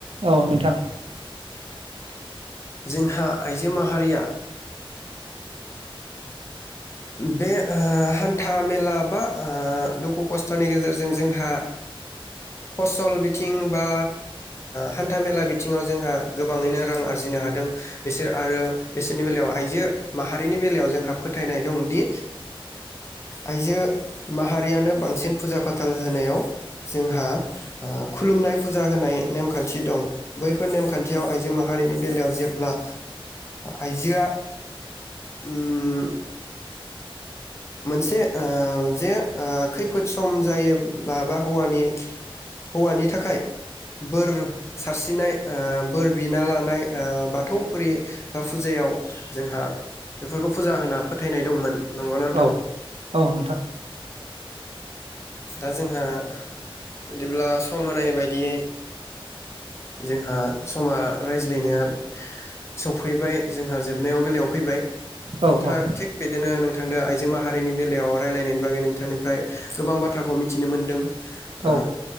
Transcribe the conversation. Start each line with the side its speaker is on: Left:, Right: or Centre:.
Right: औ नोंथां
Left: जोंहा आइजो माहारिया बे हान्था मेला बा दुखु खस्थ'नि गेजेरजों जोंहा फसल बिथिं बा हान्था मेला बिथिङाव जोंहा गोबाङैनो रां आरजिनो हादों बिसोर आरो बिसोरनि बेलायाव आइजो माहारिनि बेलायाव जोंहा फोथायनाय दंदि आइजो माहारियानो बांसिन फुजा फाथाल होनायाव जोंहा खुलुमनाय फुजा होनाय नेमखान्थि दं बैफोर नेमखान्थियाव आइजो माहारिनि बेलायाव जेब्ला आइजोआ उम मोनसे जे खैफोद सम जायोब्ला बा हौवानि हौवानि थाखाय बोर सारस्रिनाय बोर बिना लानाय बाथौ फुरि बा फुजायाव जोंहा बेफोरखौ फुजा होना फोथायनाय दंमोन नंगौना नोंथां?
Right: औ औ नोंथां
Left: दा जोंहा बिदिब्ला सम होनाय बायदियै जोंहा समा रायज्लायनाया सफैबाय जोंहा जोबनायाव बेलायाव फैबाय
Right: औ
Left: थिग
Right: औ
Left: बिदिनो नोंथां नोंथांजों आइजो माहारिनि बेलायाव रायजलायनायनि बागै नोंथांनिफ्राय गोबां बाथ्राखौ मिथिनो मोनदों
Right: औ
Left: ओ